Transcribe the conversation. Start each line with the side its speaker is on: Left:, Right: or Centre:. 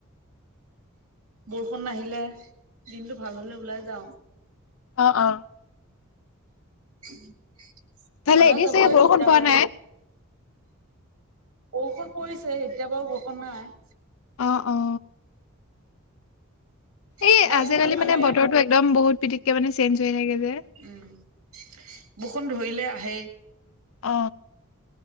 Right: বৰষুণ নাহিলে দিনটো ভাল হলে ওলাই যাওঁ।
Left: অ-অ <unintelligible>
Right: সদায়
Left: ভালে এতিয়া
Right: যাবলৈ
Left: চাগে বৰষুণ
Right: দিগ দাৰ
Left: পোৱা
Right: হয়।
Left: নাই
Right: বৰষষুণ পৰিছে এতিয়া বাৰু বৰষুণ নাই।
Left: আহ অ। এই
Right: সদায়
Left: আজিকালি
Right: বৰষুণ নাহে
Left: মানে বতৰটো একদম বহুত পিথিতকে মানে চেঞ্জ হৈ থাকে যে।
Right: উম বৰষুণ ধৰিলে আহেই।
Left: অ।